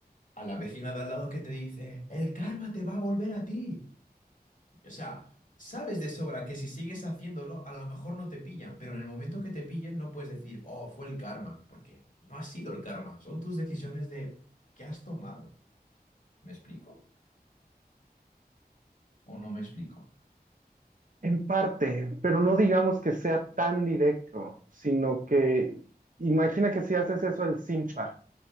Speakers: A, on the left; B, on the right.
A: a la vecina de al lado que te dice, el karma te va a volver a ti. O sea, sabes de sobra que si sigues haciéndolo, a lo mejor no te pillan, pero en el momento que te pillen no puedes decir, oh, fue el karma, porque no ha sido el karma, son tus decisiones de qué has tomado. ¿Me explico? ¿O no me explico?
B: En parte, pero no digamos que sea tan directo, sino que imagina que si haces eso el simpa,